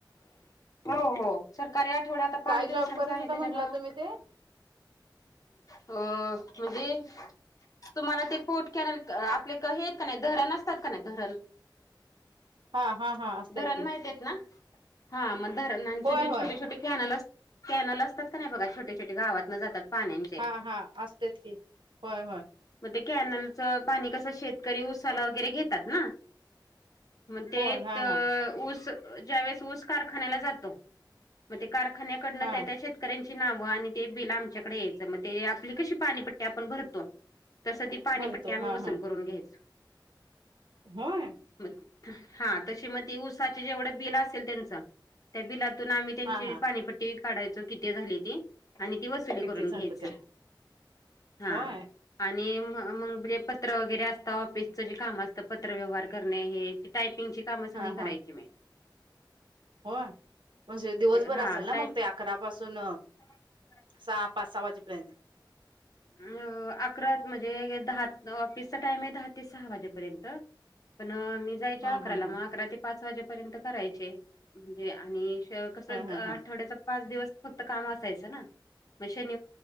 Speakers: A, on the left; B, on the right.
A: हो हो. सरकारी आठवड्या आता पाच
B: काय
A: दिवसांचा
B: जॉब करत
A: आहे
B: होता
A: तेज्यामूळ
B: म्हंटला तुम्ही ते
A: अ म्हणजे तुम्हाला ते पोट कॅनल आपले हे का नाही धरण असतात का नाही धरण
B: हा हा हा असतात
A: धरण
B: की
A: माहितेयत ना? हा मग धरणचे
B: होय
A: जे
B: होय
A: छोटे छोटे कॅनल अस कॅनल असतात का नाही बघा छोटे छोटे गावात न जातात पाण्याचे
B: हा हा. असतेत की होय होय.
A: मग ते कॅनलचं पाणी कसं शेतकरी उऊसाला वगैरे घेतात ना. मग ते
B: होय हा हा
A: ऊस ज्यावेेळेस ऊस कारखान्याला जातो. मग ते कारखान्याकडनं
B: हा
A: त्या त्या शेत शेतकऱ्यांची नावं आणि ते बिल आमच्याकडे यायचं. मग ते आपली कशी पाणीपट्टी आपण भरतो. तसं ती पाणीपट्टी
B: भरतो
A: आम्ही
B: हा
A: वसूल
B: हा
A: करून घ्यायचो.
B: होय?
A: मग हा तशी मग ते ऊसाचे जेवढं बिल असेल त्यांच त्या बिलातून आम्ही त्यांची
B: हा हा
A: पाणीपट्टी काढायचो किती झाली ती आणि ती वसु सुल
B: किती
A: करून
B: झालं
A: घ्यायच
B: ते
A: हा.
B: होय
A: आणि म मगजे पत्र वगैरे असत ऑफिसचं जे काम असतं पत्र व्यवहार टायपिंग ची सगळी
B: हा
A: काम
B: हा
A: करायची मी
B: होय? म्हणजे दिवसभर
A: हा
B: असेल ना
A: टायपिंग
B: मग ते? अकरा पाासून
A: अ
B: सहा, पाच, सहा वाजेपर्यंत.
A: अ अकरा म्हणजे दहा ऑफिसचा टाइम आहे दहा ते सहा वाजेपर्यंत. पण मी जायचे
B: हा
A: अकराला
B: हा हा
A: मग अकरा ते पाच वाजेपर्यंत करायचे म्हणजे आणि.
B: हा हा
A: आठड
B: हा
A: पाच दिवस फक्त काम असायच श.